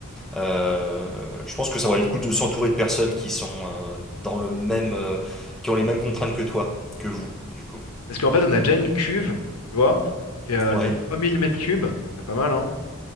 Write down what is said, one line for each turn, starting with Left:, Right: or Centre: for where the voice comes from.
Centre: Euh, je pense que ça vaut le coup de s'entourer de personnes qui sont euh, dans le même euh, qui ont les mêmes contraintes que toi, que vous du coup.
Left: Parce qu'en fait, on a déjà une cuve, tu vois, qui est euh,
Centre: Ouais,
Left: de 3000 mètres cubes, c'est déjà pas mal, hein.